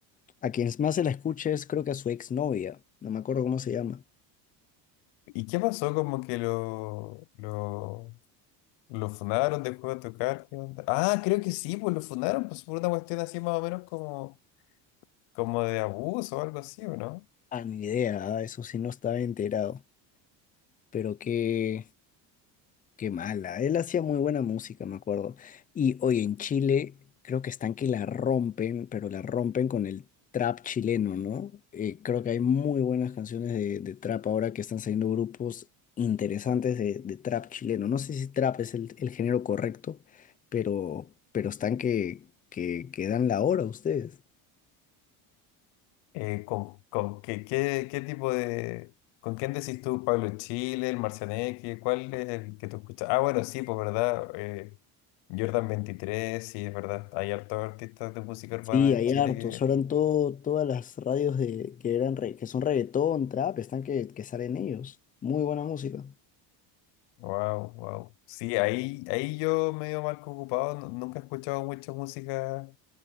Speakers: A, on the left; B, on the left.
A: A quien más se la escucha es creo que a su exnovia, no me acuerdo cómo se llama.
B: ¿Y qué pasó? Como que lo, lo Lo funaron, dejó de tocar. ¿qué onda? Ah, creo que sí, pues lo funaron, pues por una cuestión así más o menos como, como de abuso o algo así, ¿o no?
A: Ah, ni idea, ah, Eso sí no estaba enterado. Pero qué, Qué mala. Él hacía muy buena música, me acuerdo. Y hoy en Chile creo que están que la rompen, pero la rompen con el trap chileno, ¿no? Eh, creo que hay muy buenas canciones de, de trap ahora que están saliendo grupos interesantes de, de trap chileno. No sé si trap es el, el género correcto, pero, pero están que, que, que dan la hora ustedes.
B: Eh, ¿con, con qué, qué, qué tipo de... ¿Con quién decís tú, Pablo Chile, el Marcianeque? ¿Cuál es el que tú escuchas? Ah, bueno, sí, pues verdad. Eh, Jordan 23 sí, es verdad. Hay hartos artistas de música urbana
A: Sí, hay
B: en Chile
A: hartos. Ahora en todo, todas las radios de, que eran re- que son reggaetón, trap, están que, que salen ellos. Muy buena música.
B: Wow, wow. Sí, ahí, ahí yo medio marco ocupado, nu- nunca he escuchado mucha música